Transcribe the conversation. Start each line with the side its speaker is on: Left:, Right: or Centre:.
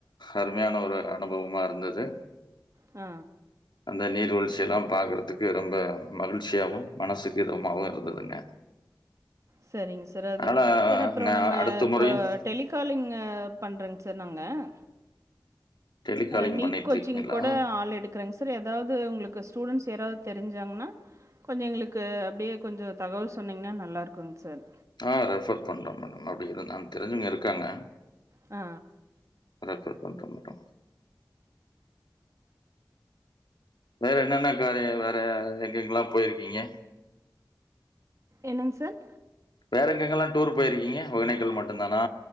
Left: அருமையான ஒரு அனுபவமா இருந்தது.
Right: ஆ
Left: அந்த நீர்வீழ்ச்சியெல்லா பாக்கறதுக்கு ரொம்ப மகிழ்ச்சியாவு மனசுக்கு இதமாவு இருந்ததுங்க
Right: சரிங்க சார் அது
Left: ஆனா,
Right: சார் அப்றோ
Left: நான்
Right: நம்ம
Left: அடுத்த
Right: இப்போ
Left: முறையும்
Right: டெலிகாலிங்க பண்றங் சார் நாங்க அ
Left: டெலிகாலிங்
Right: அ நீட்
Left: பண்ணிட்டுருக்கீங்களா?
Right: கோச்சிங் கூட ஆள் எடுக்கறேங் சார் ஏதாவது உங்களுக்கு ஸ்டூடெண்ஸ் யாராவது தெரிஞ்சாங்னா கொஞ்ச எங்களுக்கு அப்டியே கொஞ்ச தகவல் சொன்னீங்னா நல்லா இருக்குங் சார்
Left: ஆ ரெஃபர் பண்ற மேடம் அப்டி எது நா தெரிஞ்சவங்க இருக்காங்க
Right: ஆ
Left: ரெபர் பண்றே மேடோ வேற என்னென்ன காரிய வேற எங்கெங்ல்லா போய்ருக்கீங்க
Right: என்னங் சார்.
Left: வேற எங்கெங்கெல்லா டூர் போய்ருக்கீங்க ஒகேனக்கல் மட்டு தானா